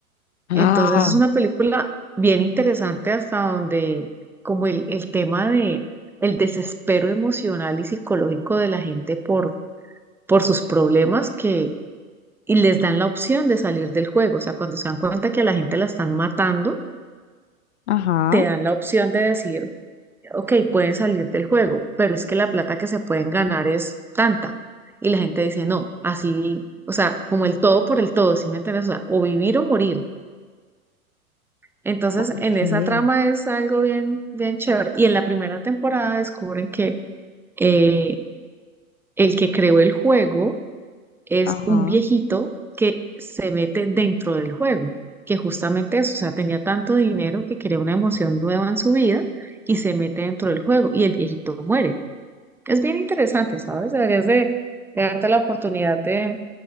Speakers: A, on the left; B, in the centre.
A: Ah,
B: Entonces es una película bien interesante hasta donde como el, el tema de el desespero emocional y psicológico de la gente por, por sus problemas que y les dan la opción de salir del juego. O sea, cuando se dan cuenta que a la gente la están matando,
A: Ajá,
B: te dan la opción de decir, ok, pueden salir del juego, pero es que la plata que se pueden ganar es tanta. Y la gente dice, no, así, o sea, como el todo por el todo, ¿sí me entiendes? O sea, o vivir o morir. Entonces,
A: ok,
B: en esa trama es algo bien, bien chévere. Y en la primera temporada descubren que eh, el que creó el juego es
A: ajá.
B: un viejito que se mete dentro del juego, que justamente eso, o sea, tenía tanto dinero que quería una emoción nueva en su vida y se mete dentro del juego y el viejito muere. Es bien interesante, ¿sabes? Deberías de, de darte la oportunidad de,